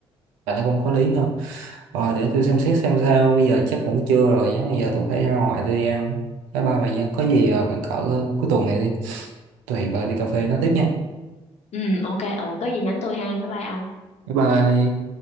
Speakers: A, on the right; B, on the left.
A: Bạn thấy cũng có lý ha Ờ, để tôi xem xét xem sao bây giờ chắc cũng trưa rồi chắc bây giờ tôi phải ra ngoài tôi đi ăn bye bye bà Giang có gì ờ, khoảng cỡ ờ, cuối tuần này đi tôi hẹn bà đi cà phê nói tiếp nha
B: ừ ok ừ có gì nhắn tôi ha bye bye ông
A: bye bye